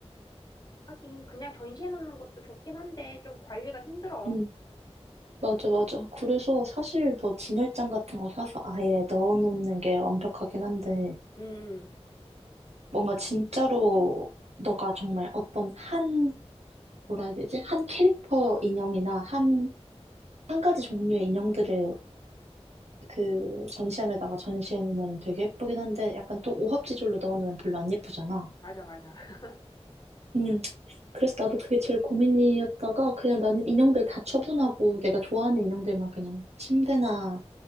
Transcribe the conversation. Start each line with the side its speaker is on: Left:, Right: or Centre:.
Left: 하긴 그냥 전시해 놓는 것도 좋긴 한데 좀 관리가 힘들어.
Right: 응 맞아 맞아. 그래서 사실 뭐 진열장 같은 거 사서 아예 넣어놓는 게 완벽하긴 한데
Left: 음,
Right: 뭔가 진짜로 너가 정말 어떤 한 뭐라 해야 되지 한 캐릭터 인형이나 한 한 가지 종류의 인형들을 그 전시함에다가 전시해 놓으면 되게 예쁘긴 한데 약간 또 오합지졸로 넣어 놓으면 별로 안 예쁘잖아.
Left: 맞아, 맞아. <laughs>
Right: 음, 그래서 나도 그게 제일 고민이었다가 그냥 나는 인형들 다 처분하고 내가 좋아하는 인형들만 그냥 침대나